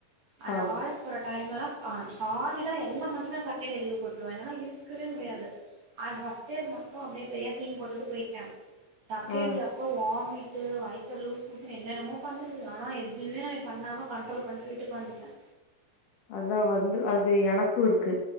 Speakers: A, on the right; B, on the left.
A: அந்த
B: ஆ
A: காலேஜ் போற டைம்லலாம் ம்சாலிடா எல்லா மந்தமே செகண்ட் டே லீவு போட்டுருவவேன் அதனால இருக்கவே முடியாது அந்த ஃபர்ஸ்ட் இயர் மட்டும் அப்படியே பெரிய சீன் போட்டுட்டு போயிட்டேன் தக்கே
B: ஆ
A: அப்ப வாமிட்டு வயத்த லூஸ் மோஷன் என்னென்னமோ பண்ணுது ஆனா எதுவுமே நான் பண்ணாம கண்ட்ரோல் பண்ணிட்டு வீட்டுக்கு வந்துட்டேன்
B: அதா வந்து அது எனக்கு இருக்கு